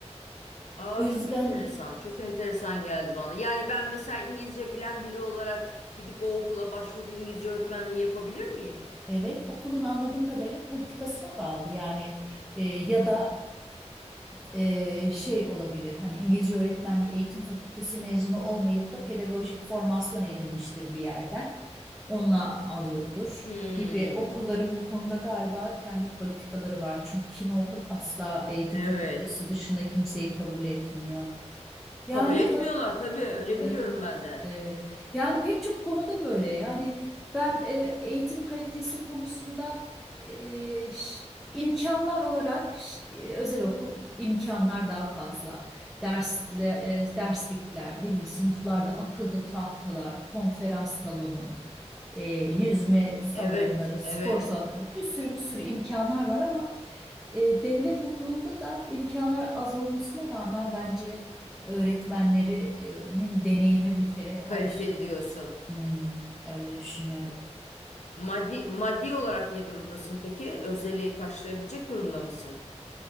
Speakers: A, on the left; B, in the centre.
A: aa
B: O yüzden
A: çok enteresan. Çok enteresan geldi bana. Yani ben mesela İngilizce bilen biri olarak gidip o okula başvurup İngilizce öğretmenliği yapabilir miyim?
B: evet okulun anladığım kadarıyla politikasına bağlı yani e, ya da e, şey olabilir. Hani İngilizce öğretmenliği eğitim fakültesi mezunu olmayıp da pedagojik formasyon edinmiştir bir yerden. Onunla alıyordur
A: Hmm.
B: gibi okulların bu konuda galiba kendi politikaları var. Çünkü kimi okul asla eğitim
A: Evet.
B: fakültesi dışında kimseyi kabul etmiyor. Yani
A: Kabul etmiyorlar tabii. Öyle
B: Evet,
A: biliyorum ben de.
B: evet. Yani pek çok konuda böyle. Yani ben e, eğitim kalitesi konusunda e, ş- imkanlar olarak ş- e, özel okul imkanlar daha fazla. Dersle, e, derslikler, ne bileyim sınıflarda akıllı tahtalar, konferans salonu, e, yüzme salonları,
A: Evet,
B: spor
A: evet.
B: salonu, bir sürü bir sürü imkanlar var ama e, devlet okulunda da imkanlar az olmasına rağmen bence öğretmenlerinin deneyimi bir kere her
A: Kaliteli
B: şey.
A: diyorsun.
B: Hmm, öyle düşünüyorum.
A: Maddi, maddi olarak ne durumdasın peki? Özeli karşılayabilecek durumda mısın?